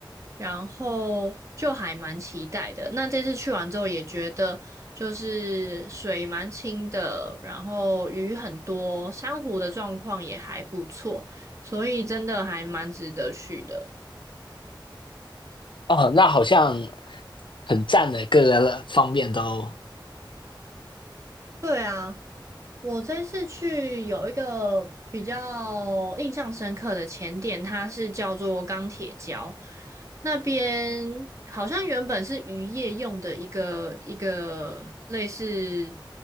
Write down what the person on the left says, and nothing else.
哦，那好像很赞的，各个方面都，